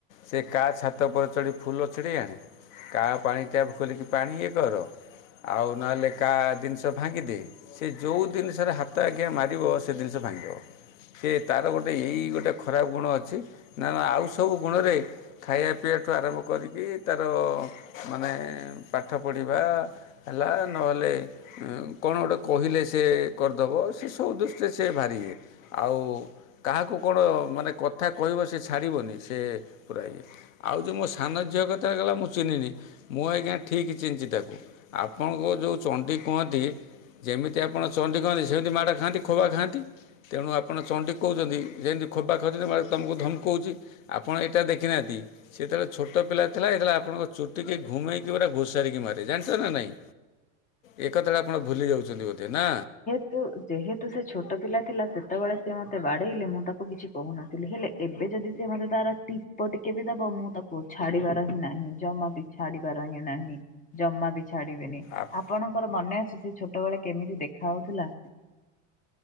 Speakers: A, on the left; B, on the left.
A: ସେ କାହା ଛାତ ଉପରେ ଚଢ଼ି ଫୁଲ ଛିଡ଼େଇ ଆଣେ କାହା ପାଣି ଟ୍ୟାପ ଖୋଲିକି ପାଣି ଇଏ କର। ଆଉ ନହେଲେ କାହା ଜିନିଷ ଭାଙ୍ଗିଦେ ସେ ଯୋଉ ଜିନିଷରେ ହାତ ଆଜ୍ଞା ମାରିବ ସେ ସେ ଜିନିଷ ଭାଙ୍ଗିିବ। ସେ ତାର ଗୋଟେ ଏଇ ଗୋଟେ ଖରାପ ଗୁଣ ଅଛି ନା ଆଉ ସବୁ ଗୁଣରେ ଏ ଖାଇବା ପିଇବାଠୁ ଆରମ୍ଭ କରିକି ତାର ମାନେ ପାଠ ପଢ଼ିବା ହେଲା ନହେଲେ କଣ ଗୋଟେ କହିଲେ ସେ କରିଦବ ସେ ସବୁ ଦୃଷ୍ଟିରେ ସେ ଭାରିି ଇଏ ଆଉ କାହାକୁ କଣ ମାନେ କଥା କହିବ ସେ ଛାଡ଼ିବନି ସିଏ ପୁରା ଇଏ। ଆଉ ଯୋଉ ମୋ ସାନ ଝିଅ କଥା କହିଲେ ମୁଁ ଚିହ୍ନିନି ମୁଁ ଆଜ୍ଞା ଠିକ୍ ଚିହ୍ନିଚି ତାକୁ। ଆପଣଙ୍କୁ ଯୋଉ ଚଣ୍ଡୀ କୁହନ୍ତି। ଯେମିତି ଆପଣ ଚଣ୍ଡୀ କହନ୍ତି ସେମିତି ମାଡ଼ ଖାଆନ୍ତି ଖୋବା ଖାଆନ୍ତି ତେଣୁ ଆପଣ ଚଣ୍ଡୀ କହୁଛନ୍ତି। ଯେମିତି ଖୋବା ଖିଉଛନ୍ତି ତମକୁ ଧମକଉଛି ଆପଣ ଏଇଟା ଦେଖିନାହାନ୍ତି। ସିଏ ଯେତେବେଳେ ଛୋଟ ପିଲା ଥିଲା। ଏ ଯେତେବେଳେ ଆପଣଙ୍କ ଚୁଟିିକି ଘୁମେଇକ ପୁରା ଘୋସାରିକି ମାରେ ଜାଣି ଜାଣିଛ ନା ନାହିଁ ଏ କଥାଟା ଆପଣ ଭୁଲି ଯାଉଛନ୍ତି ବୋଧେ ନା।
B: ତ ଯେହେତୁ ସେ ଛୋଟ ପିଲା ଥିଲା। ସେତେବେଳେ ସିଏ ମୋତେ ବାଡେଇଲେ ମୁଁ ତାକୁ କିଛି କହୁନଥିଲି ହେଲେ ଏବେ ଯଦି ସେ ମତେ ତାର ଟିପ ଟିକେ ବି ଦବ ମୁଁ ତାକୁ ଛାଡିବାର ହିଁ ନାହିଁ। ଜମା ବି ଛାଡିବାର ହିଁ ନାହିଁ ଜମା ବି ଛାଡିବେନି।
A: ଆଫ୍
B: ଆପଣଙ୍କର ମନେ ଅଛି ସେ ଛୋଟବେଳେ କେମିତି ଦେଖାହଉଥିଲା।